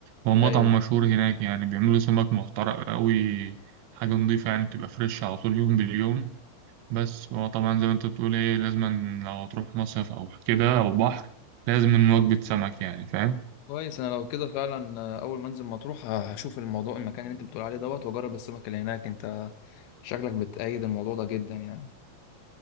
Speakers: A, on the right (about 85°); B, on the left (about 85°).
A: هو مطعم
B: ايوه
A: مشهور هناك يعني بيعملوا سمك محترق أوي حاجة نضيفة يعني بتبقى فريش على طول يوم باليوم بس هو طبعا زي ما انت بتقول ايه لازم لو هتروح مصيف أو كده أو بحر لازم وجبة سمك يعني فاهم
B: كويس أنا لو كده فعلا آه، أول ما أنزل مطروح آه، هشوف الموضوع المكان اللي أنت بتقول عليه دوت وأجرب السمك اللي هناك أنت شكلك بتأيد الموضوع ده جدا يعني